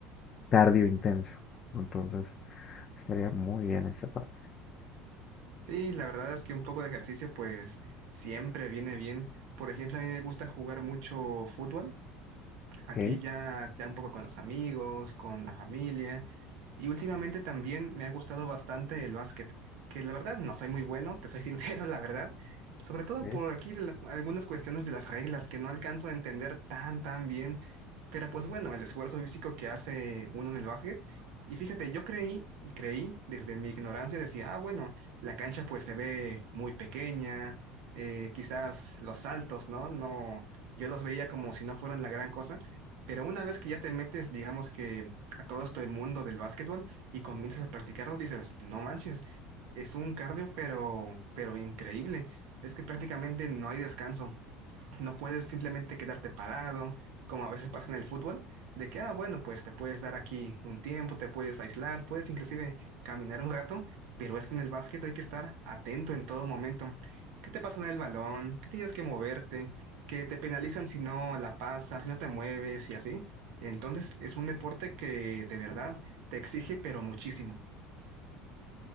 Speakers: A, on the left; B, on the right.
A: cardio intenso. Entonces, estaría muy bien esa parte.
B: Sí, la verdad es que un poco de ejercicio pues siempre viene bien. Por ejemplo, a mí me gusta jugar mucho fútbol, aquí
A: Ok,
B: ya, ya un poco con los amigos, con la familia. Y últimamente también me ha gustado bastante el básquet, que la verdad no soy muy bueno, te soy <laughs> sincero, la verdad. Sobre todo
A: ok.
B: por aquí de la- algunas cuestiones de las reglas que no alcanzo a entender tan, tan bien. Pero pues bueno, el esfuerzo físico que hace uno en el básquet. Y fíjate, yo creí y creí desde mi ignorancia, decía, ah, bueno, la cancha pues se ve muy pequeña, eh, quizás los saltos, ¿no? No, yo los veía como si no fueran la gran cosa, pero una vez que ya te metes, digamos que a todo esto el mundo del básquetbol y comienzas a practicarlo, dices, no manches, es un cardio, pero, pero increíble. Es que prácticamente no hay descanso. No puedes simplemente quedarte parado, como a veces pasa en el fútbol, de que, ah, bueno, pues te puedes dar aquí un tiempo, te puedes aislar, puedes inclusive caminar un rato, pero es que en el básquet hay que estar atento en todo momento. ¿Qué te pasa en el balón? ¿Qué tienes que moverte? ¿Que te penalizan si no la pasas, si no te mueves y así? Entonces es un deporte que de verdad te exige, pero muchísimo.